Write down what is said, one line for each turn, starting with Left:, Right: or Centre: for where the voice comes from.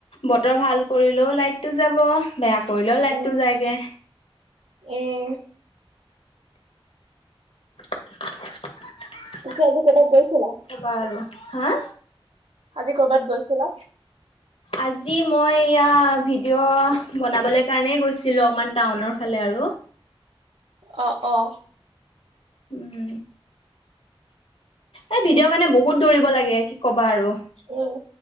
Left: বতৰ ভাল কৰিলেও লাইটটো যাব, বেয়া কৰিলেও লাইট
Right: উম,
Left: টো যায়গে।
Right: উম,
Left: <unintelligible>
Right: পিছে আজি ক'বাত গৈছিলা?
Left: বাৰু। হা?
Right: আজি কৰ'বাত গৈছিলা?
Left: আজি মই এয়া ভিডিঅ' বনাবলৈ কাৰণেই গৈছিলোঁ অকমান, টাউনৰ ফালে আৰু।
Right: অ', অ'।
Left: উম। এই ভিডিঅ' কাৰণে বহুত দৌৰিব লাগে, কি ক'বা আৰু।
Right: উম,